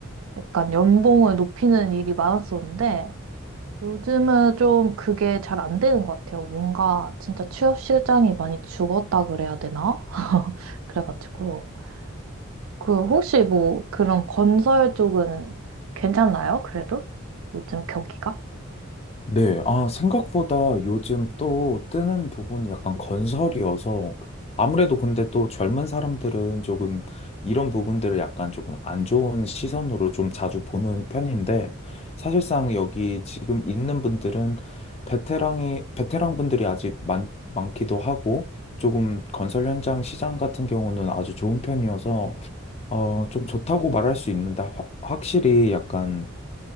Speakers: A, on the right (about 70°); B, on the left (about 30°).
A: 약간 연봉을 높이는 일이 많았었는데 요즘은 좀 그게 잘 안 되는 것 같아요. 뭔가 진짜 취업 시장이 많이 죽었다 그래야 되나? <laughs> 그래가지고 그 혹시 뭐 그런 건설 쪽은 괜찮나요? 그래도 요즘 경기가?
B: 네, 아, 생각보다 요즘 또 뜨는 부분이 약간 건설이어서 아무래도 근데 또 젊은 사람들은 조금 이런 부분들을 약간 조금 안 좋은 시선으로 좀 자주 보는 편인데 사실상 여기 지금 있는 분들은 베테랑이, 베테랑 분들이 아직 많, 많기도 하고 조금 건설 현장 시장 같은 경우는 아주 좋은 편이어서 어, 좀 좋다고 말할 수 있는데 확- 확실히 약간